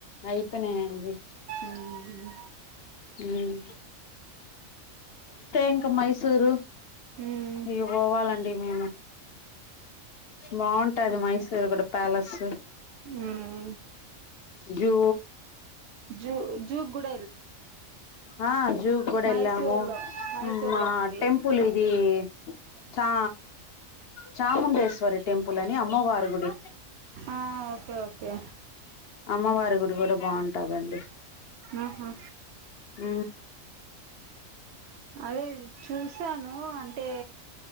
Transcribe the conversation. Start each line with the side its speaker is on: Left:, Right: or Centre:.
Left: అయిపోయినాయండి.
Right: ఉమ్ హు
Left: మ్మ్ ఇంకా మైసూరు
Right: ఉమ్
Left: ఇగవాలండి మేము బాగుంటాది మైసూరు కూడా ప్యాలెస్
Right: ఉమ్
Left: జూ
Right: జ జూ గుడ
Left: ఆ జూ కూడా
Right: మైసూర్
Left: వెళ్లాము
Right: లో మైసూర్
Left: మా
Right: లో ఉంది
Left: టెంపుల్ ఇది ఆ చా చాముండేశ్వరి టెంపుల్ అమ్మవారి గుడి
Right: ఆ ఓకే ఓకే
Left: అమ్మవారి గుడి కూడా బాగుంటాదండి
Right: ఆహా
Left: ఆ
Right: అదే చూసాను అంటే